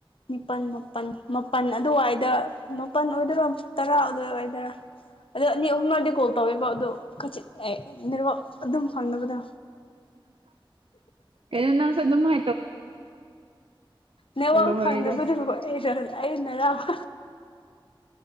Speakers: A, on the left; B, on the right.
A: ꯄꯥꯜ ꯃꯥꯄꯜ ꯃꯥꯄꯜ ꯑꯗꯨꯋꯥꯏꯗ ꯃꯥꯄꯜ ꯑꯣꯏꯗꯣꯏꯔꯥ ꯇꯔꯥ ꯑꯗꯨꯋꯥꯏ ꯑꯣꯏꯗꯣꯏꯔꯥ ꯑꯣ ꯑꯅꯤ ꯑꯍꯨꯝꯂꯗꯤ ꯀꯣꯜ ꯇꯧꯋꯦꯕ ꯑꯗꯨꯣ ꯀꯆ ꯅꯤꯔ ꯑꯗꯨꯝ ꯐꯪꯅꯕꯗ
B: ꯀꯅ ꯁꯗ ꯃꯥ
A: ꯅꯦꯠꯋꯥꯛ
B: ꯂꯣꯏꯔꯦꯗ
A: ꯐꯪꯅꯕꯗꯨꯕꯨꯩꯅ ꯑ ꯅꯔꯥꯕ